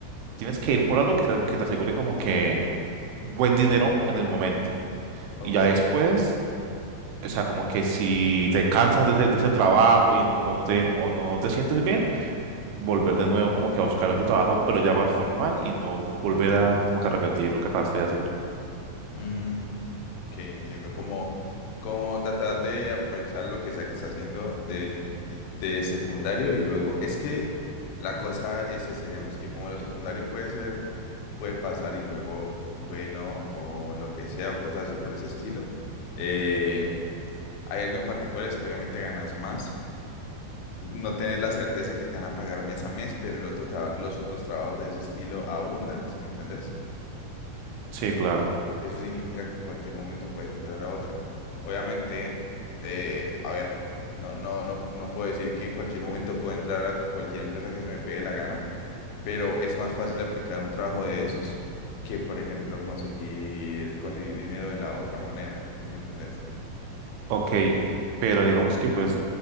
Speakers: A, on the right (about 85°); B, on the left (about 80°).
A: tienes que ir por algo que te, que te asegure como que buen dinero en el momento.
B: Ok.
A: Y ya después, o sea, como que si te cansas de ese, de ese trabajo y no, o no te, o no te sientes bien, volver de nuevo como que a buscar otro trabajo, pero ya más formal y no volver a como que a repetir lo que acabaste de hacer.
B: Mm, ok, entiendo. Como, como tratar de aprovechar lo que sea que está haciendo de, de secundario y luego. Es que la cosa es esa, digamos, que como lo secundario puede ser, puede pasar y luego, bueno, o lo que sea, o cosas así por ese estilo. eh, hay algo en particular, es que obviamente ganas más. No tenés la certeza que te van a pagar mes a mes, pero el otro tra- los otros trabajos de ese estilo abundan, ¿sí me entendés?
A: Sí, claro.
B: Eso significa que en cualquier momento puedes entrar a otra. Obviamente, eh, a ver, no, no, no, no puedo decir que en cualquier momento puedo entrar a cualquier empresa que se me pegue la gana, pero es más fácil aplicar un trabajo de esos que, por ejemplo, conseguir, conseguir dinero de la otra manera. ¿Sí me entendés?
A: Ok, pero digamos que pues